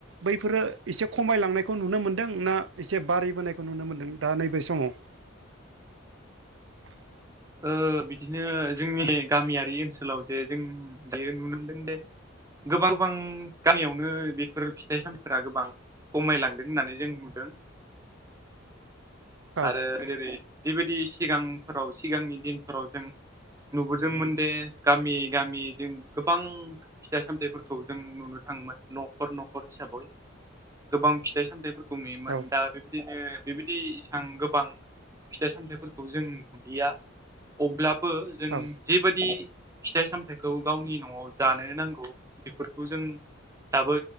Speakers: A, on the right (about 70°); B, on the right (about 15°).
A: बैफोरो एसे खमायलांनायखौ नुनो मोन्दों ना एसे बारिबोनायखौ नुनो मोन्दों दा नैबे समाव <inaudible>
B: ओ बिदिनो जोंनि गामियारि ओनसोलाव जे जों दायो नुनो मोनदों दे गोबां गोबां गामियावनो बेफोर फिथाइ सामथाइफोरा गोबां कमाय लांदों होननानै जों नुदों।
A: औ
B: आरो जेरै जिबायदि सिगांफोराव सिगांनि दिनफोराव जों नुबोदोंमोन दे गामि गामि जों गोबां फिथाइ सामथाइफोरखौ जों नुनो थाङोमोन नखर नखर हिसाबै गोबां फिथाइ सामथाइफोर खौ नुयोमोन
A: औ
B: दा बेबायदिनो बेबायदि आं गोबां फिथाइ सामथाइफोरखौ जों नुलिया अब्लाबो जों
A: औ
B: जेबादि फिथाइ सामथाइखौ गावनि न'वाव जानो नांगौ बेफोरखौ जों दाबै